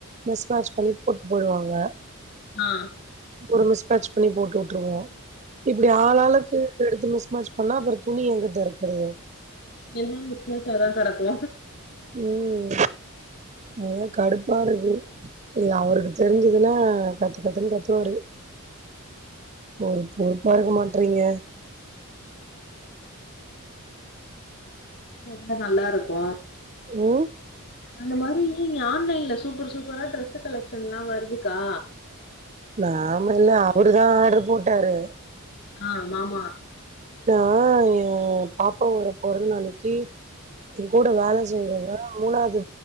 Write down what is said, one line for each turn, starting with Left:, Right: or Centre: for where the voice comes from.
Right: மிஸ்மாட்சு பண்ணி போட்டு போயிடுவாங்க
Left: ஆ
Right: ஒரு மிஸ் மேட்ச் பண்ணி போட்டு வுட்டுருவோ இப்படி ஆள்ளாளுக்கு எடுத் மிஸ் மேட்ச பண்ண அப்புறம் துணி எங்க தறக்கறது
Left: எல்லா மிஸ் மேட்ச் தா கடக்கு
Right: ம் அதா கடுப்பா இருக்கு இல்ல அவுருக்கு தெரிஞ்சதுல்ல கத்து கத்துன்னு கத்துவாரு ஒரு பொறுப்பா இருக்க மாட்றீங்க
Left: ம் நல்லா இருக்கு
Right: உம்
Left: அந்த மாரி நீ ஆன்லைன்ல சூப்பர் சூப்பரா டிரஸ்கலெக்ஷன் எல்லா வருதுக்கா
Right: நாம இல்ல அவரு தா ஆர்டுரு போட்டாரு
Left: ஆ மாமா
Right: ஆ ஏ பாப்பாவோட பொறந்த நாளைக்கு என் கூட வேல செய்றவங்க மூணாவது